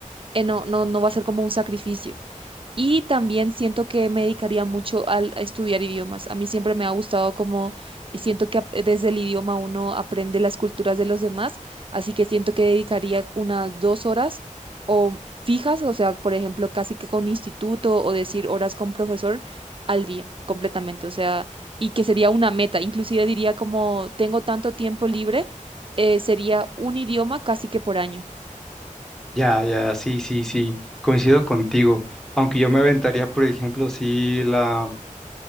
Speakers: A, on the right; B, in the centre.
A: eh, no, no, no va a ser como un sacrificio. Y también siento que me dedicaría mucho al, a estudiar idiomas. A mí siempre me ha gustado como eh, siento que ap- eh, desde el idioma uno aprende las culturas de los demás, así que siento que dedicaría unas dos horas o fijas, o sea, por ejemplo, casi que con instituto o decir horas con profesor al día completamente, o sea, y que sería una meta. Inclusive diría como tengo tanto tiempo libre, eh, sería un idioma casi que por año.
B: Ya, ya, sí, sí, sí, coincido contigo. Aunque yo me aventaría, por ejemplo, si la,